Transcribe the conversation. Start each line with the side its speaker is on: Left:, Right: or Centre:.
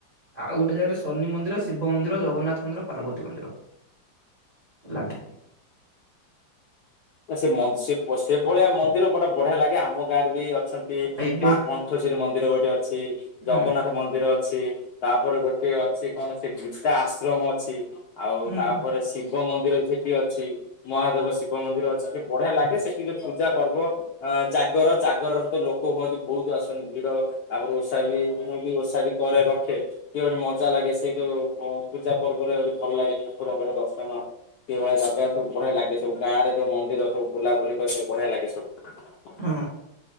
Right: ଆଉ ଗୋଟେ ଜାଗାରେ ଶନି ମନ୍ଦିର, ଶିବ ମନ୍ଦିର, ଜଗନ୍ନାଥ ମନ୍ଦିର, ପାର୍ବତୀ ମନ୍ଦିର। ଲାଗିନି।
Left: ନା ସେ ସେଭଳିଆ ମନ୍ଦିର ପୁରା ବଢିଆ ଲାଗେ ଆମ ଗାଁରେ ବି ଅଛନ୍ତି।
Right: ଆଉ ଏବେ
Left: ମା କଣ୍ଠେଶ୍ୱରୀ ମନ୍ଦିର ଗୋଟେ ଅଛି
Right: ହୁଁ
Left: ଜଗନ୍ନାଥ ମନ୍ଦିର ଅଛି ତାପରେ ଗୋଟେ ଅଛି କଣ ସେ ଗୀତା ଆଶ୍ରମ ଅଛି। ଆଉ
Right: ହୁଁ
Left: ତାପରେ
Right: ହଁ।
Left: ଶିବ ମନ୍ଦିର ବି ସେଠି ଅଛି ମହାଦେବ ଶିବ ମନ୍ଦିର ଅଛି। ଟିକେ ବଢିଆ ଲାଗେ ସେଠି ଯୋଉ ପୂଜା ପର୍ବ। ଆ ଜାଗର ଜାଗରରେ ତ ଲୋକ ହୁଅନ୍ତି ବହୁତ ଆସନ୍ତି ଭିଡ। ଆଗରୁ ଓଷା ବି ମୁଁ ବି ଓଷା ବି କରେ ରଖେ। ସେଏ ଗୋଟେ ମଜା ଲାଗେ ସେଇ ଯୋଉ ପୂଜା ପର୍ବରେ ଗେ ଭଲ ଲାଗେ ଠାକୁରଙ୍କର ଦର୍ଶନ। ସେଇ ଭଳିଆ ଜାଗା ସବୁ ବଢିଆ ଲାଗେ ସବୁ ଗାଁରେୋଉ ମନ୍ଦିର ସବୁ ବୁଲାବୁଲି କରିବାକୁ ବଢିଆ ଲାଗେ ସବୁ।
Right: ହୁଁ।